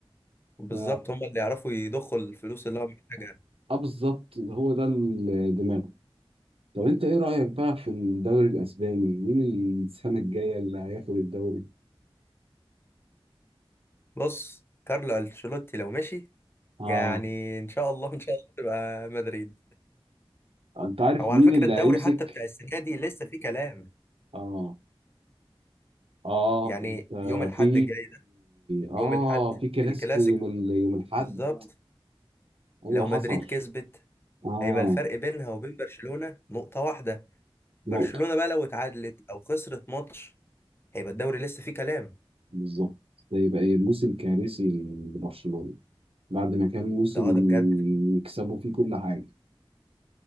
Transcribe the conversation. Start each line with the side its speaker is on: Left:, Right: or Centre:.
Left: بالظبط
Right: ف
Left: هم اللي يعرفوا يضخوا الفلوس اللي هو محتاجها
Right: اه بالظبط هو ده الدماغ طب انت ايه رأيك بقى في الدوري الاسباني مين السنة الجاية اللي هياخد الدوري
Left: بص كارلو انشيلوتي لو مشي
Right: اه
Left: يعني ان شاء الله ان شاء الله تبقى مدريد
Right: انت عارف
Left: او
Right: مين
Left: على فكره
Right: اللي
Left: الدوري
Right: هيمسك
Left: حتى بتاع السنه دي لسه فيه كلام
Right: اه اه
Left: يعني
Right: انت
Left: يوم الاحد
Right: في
Left: الجاي ده
Right: اه
Left: يوم الاحد
Right: في كلاسيكو
Left: الكلاسيكو
Right: يوم ال... يوم الاحد
Left: بالظبط
Right: ايوه
Left: لو
Right: حصل
Left: مدريد كسبت
Right: اه
Left: هيبقى الفرق بينها وبين برشلونه نقطه واحده برشلونه
Right: نقطة
Left: بقى لو اتعادلت او خسرت ماتش هيبقى الدوري لسه فيه كلام
Right: بالظبط ده يبقى ايه، موسم كارثي لبرشلونة بعد ما كان موسم
Left: ده اه ده بجد
Right: يكسبوا فيه كل حاجة